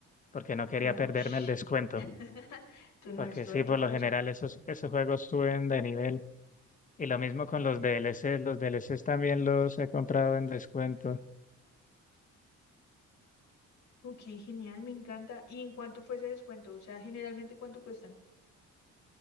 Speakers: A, on the left; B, on the left.
A: porque no quería
B: Oh,
A: perderme
B: sh-
A: el descuento.
B: <laughs> Tú no,
A: Porque
B: esto
A: sí,
B: hay que
A: por
B: aprovecharlo.
A: lo general esos, esos juegos suben de nivel. Y lo mismo con los DLCs. Los DLCs también los he comprado en descuento.
B: Ok, genial, me encanta. ¿Y en cuánto fue ese descuento? O sea, generalmente, ¿cuánto cuestan?